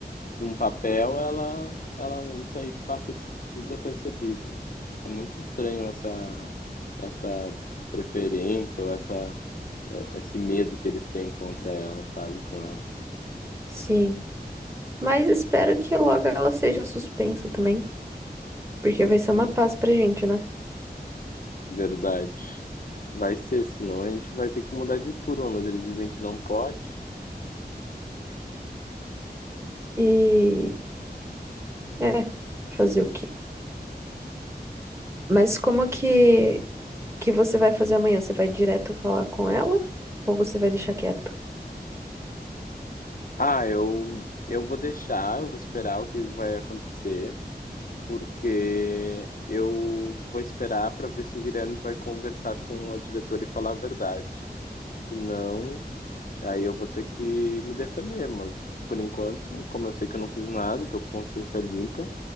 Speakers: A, on the left; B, on the right.
A: de um papel, ela, ela, isso aí passa des- desapercebido. É muito estranho essa, essa preferência ou essa eh, esse medo que eles têm contra ela, sabe? Com ela.
B: sim. Mas espero que logo ela seja suspensa também, porque vai ser uma
A: Hum,
B: paz pra gente, né?
A: Verdade. Vai ser, senão a gente vai ter que mudar de turma, mas eles dizem que não pode.
B: E é, fazer o quê? Mas como que que você vai fazer amanhã? Você vai direto falar com ela ou você vai deixar quieto?
A: Ah, eu, eu vou deixar, eu vou esperar o que vai acontecer, porque eu vou esperar para ver se o Guilherme vai conversar com a diretora e falar a verdade. Se não, aí eu vou ter que me defender, mas por enquanto, como eu sei que eu não fiz nada, tô com consciência limpa,